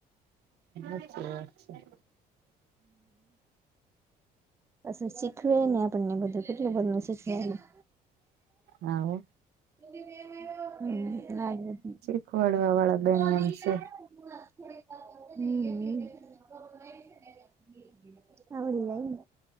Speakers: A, on the right; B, on the right.
A: અચ્છા અચ્છા
B: હ પછી શીખવે ને આપણને બધું કેટલું બધુ ન શીખવે- હા
A: હાલો-
B: હમ
A: શીખવાડવા
B: લ
A: વાળા બેન એમ છે
B: હમ આવડી જાઈન.